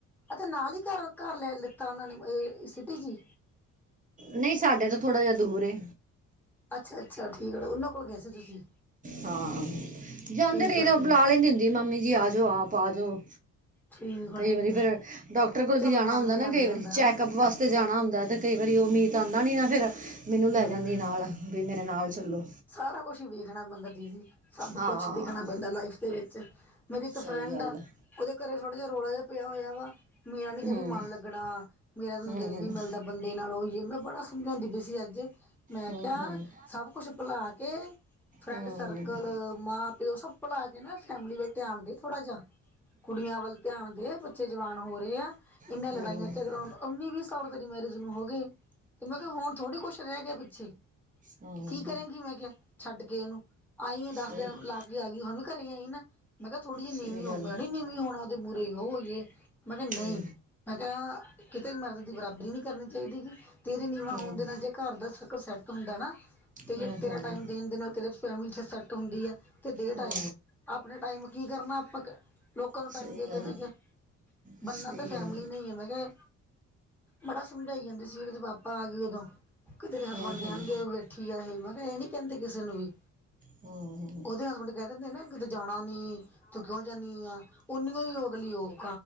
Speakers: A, in the centre; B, on the right.
A: ਅੱਛਾ ਨਾਲ ਈ ਘਰ-ਘਰ ਲੈ ਲਿੱਤਾ ਓਨਾਂ ਨੇ ਸਿਟੀ ਚੀ
B: ਨਈ ਸਾਡੇ ਤੋ ਥੋੜਾ ਜਿਹਾ ਦੂਰ ਏ
A: ਅੱਛਾ-ਅੱਛਾ ਠੀਕ ਅ ਉਹਨਾਂ ਕੋਲ ਗਏ ਸੀ ਤੁਸੀਂ।
B: ਹਾਂ, ਜਾਂਦੇ
A: ਠੀਕ
B: ਰਈ
A: ਹੈ
B: ਦਾ
A: ਠੀਕ
B: ਬੁਲਾ ਲੈਂਦੀ ਹੁੰਦੀ ਮਾਮੀ ਜੀ, ਆਜੋ ਆਪ ਆਜੋ।
A: ਠੀਕ
B: ਕਈ
A: ਆ ਠੀਕ
B: ਵਾਰੀ ਫੇਰ
A: ਆ
B: ਡਾਕਟਰ ਕੋਲ
A: ਚਲੋ
B: ਵੀ ਜਾਣਾ
A: ਮਨ
B: ਹੁੰਦਾ ਨਾ
A: ਲੱਗ
B: ਕਈ ਵਾਰੀ
A: ਜਾਂਦਾ
B: ਚੈੱਕਅਪ ਵਾਸ ਤੇ ਜਾਣਾ ਹੁੰਦਾ ਤੇ ਕਈ ਵਾਰੀ ਉ ਮੀਤ ਆਂਦਾ ਨੀ ਨਾ, ਫੇਰ ਮੈਨੂੰ
A: ਹੂੰ
B: ਲੈ ਜਾਂਦੀ ਨਾਲ ਵੀ ਮੇਰੇ ਨਾਲ ਚੱਲੋ।
A: ਸਾਰਾ ਕੁਛ ਹੀ ਵੇਖਣਾ ਪੈਂਦਾ ਦੀਦੀ ਸਭ
B: ਹਾਂ
A: ਕੁਛ ਦੇਖਣਾ ਪੈਂਦਾ ਲਾਈਫ ਦੇ ਵਿੱਚ। ਮੇਰੀ ਇੱਕ
B: ਸਹੀ
A: ਫਰੈਂਡ
B: ਗੱਲ
A: ਆ
B: ਹੈ।
A: ਉਹਦੇ ਘਰੇ ਥੋੜਾ ਜਿਹਾ ਰੌਲਾ ਜਿਹਾ ਪਿਆ ਹੋਇਆ ਵਾ। ਮੇਰਾ ਨੀ ਕਹਿੰਦੀ
B: ਹੂੰ
A: ਮਨ ਲੱਗਣਾ ਮੇਰਾ ਨੂੰ
B: ਹੂੰ
A: ਦਿਲ
B: ਹੂੰ
A: ਨੀ ਮਿਲਦਾ। ਬੰਦੇ ਨਾਲ <unintelligible> ਹੋਇਏ ਮੈਂ ਬੜਾ ਸਮਝਾਉਂਦੀ ਪਈ ਸੀ ਅੱਜ ਮੈਂ
B: ਹੂੰ
A: ਕਿਆ
B: ਹੂੰ
A: ਸਭ ਕੁੱਛ ਬਣਾ ਕੇ ਫਰੈਂਡ
B: ਹੂੰ
A: ਸਰਕਲ ਮਾਂ-ਪਿਓ ਸਭ ਭਲਾ ਕੇ ਨਾ ਫੈਮਿਲੀ ਵੱਲ ਧਿਆਨ ਦੇ ਥੋੜਾ ਜਾ ਕੁੜੀਆਂ ਵੱਲ ਧਿਆਨ ਦੇ ਬੱਚੇ ਜਵਾਨ ਹੋ ਰੇ ਆ ਇਨਾਂ
B: ਹੂੰ
A: ਲੜਾਈਆਂ ਝਗੜਾ ਉੱਨੀ ਵੀਹ ਸਾਲ ਤੇਰੀ ਮੈਰਿਜ ਨੂੰ ਹੋ ਗੇ। ਤੇ ਮੈਂ ਕਿਆ ਹੁਣ ਥੋੜ੍ਹੀ ਕੁਛ ਰਹਿ ਗਿਆ ਪਿੱਛੇ
B: ਹਾਂ।
A: ਕੀ ਕਰੇਗੀ ਮੈਂ ਕਿਆ ਛੱਡ ਕੇ ਉਨੂੰ ਆਈ ਐਂ
B: ਸਹੀ
A: ਦੱਸ ਦਿਨ ਲਾ ਕੇ ਆ ਗਈ ਹੁਣ ਵੀ ਘਰੇ ਆਈ ਨਾ। ਮੈਂ ਕਿਆ ਥੋੜ੍ਹੀ ਜੀ ਨੀਂਵੀ
B: ਸਹੀ
A: ਹੋ
B: ਗੱਲ
A: ਮੈ ਨੀ ਨੀਵੀਂ ਹੋਣਾ ਓਦੇ ਮੂਰੇ ਓ ਹੋਈਏ ਮੈਂ ਕਿਆ ਨਈ।
B: ਹੂੰ
A: ਮੈਂ ਕਿਹਾ ਕਿਤੇ ਮਰਦ ਦੀ ਬਰਾਬਰੀ ਨਹੀਂ ਕਰਨੀ ਚਾਹੀਦੀ ਗ। ਤੇਰੇ ਨੀਵਾਂ ਹੋਣ
B: ਹੂੰ
A: ਦੇ ਨਾਲ ਜੇ ਘਰ ਦਾ ਸਰਕਲ ਸੈੱਟ ਹੁੰਦਾ ਨਾ। ਤੇ
B: ਹੂੰ ਹੂੰ
A: ਤੇਰਾ ਟਾਈਮ ਦੇਣ ਦੇ ਨਾਲ ਤੇ ਫੈਮਲੀ ਸੈੱਟ ਹੁੰਦੀ ਹੈ। 'ਤੇ ਦੇਣ ਟਾਈਮ
B: ਹੂੰ
A: ਆਪਣੇ ਟਾਈਮ ਕੀ ਕਰਨਾ ਆਪਾਂ ਕ ਲੋਕਾਂ ਨੂੰ
B: ਸਹੀ
A: ਟਾਈਮ ਦੇ ਕਿਵੇਂ
B: ਗੱਲ
A: ਗਿਆ। ਬੰਨਾ
B: ਸਹੀ
A: ਤਾਂ ਫੈਮਿਲੀ
B: ਗੱਲ
A: ਨਹੀਂ ਹੈ ਮੈਂ ਕਿਹਾ ਬੜਾ ਸਮਝਾਈ ਜਾਂਦੀ ਸੀ ਓਦੇ ਪਾਪਾ ਆ ਗੇ ਓਦੋਂ ਕਿ ਤੇਰੇ ਹਸਬੈਂਡ
B: ਹੂੰ ਹੂੰ
A: ਕੈਣਗੇ ਬੇੇ ਕੀ ਆ ਇਹ ਮੈਂ ਕਿਹਾ ਇਹ ਨੀ ਕਹਿੰਦੇ ਕਿਸੇ ਨੂੰ ਵੀ
B: ਹੂੰ ਹੂੰ,
A: ਉਹਦੇ ਹਸਬੈਂਡ ਕਹਿ ਦਿੰਦੇ ਨਾ। ਕਿਤੇ ਜਾਣਾ ਨੀ ਤੂੰ ਕਿਉਂ ਜਾਂਦੀ ਆ ਓਨੀ ਹੋਈ ਅਗਲੀ ਉਹ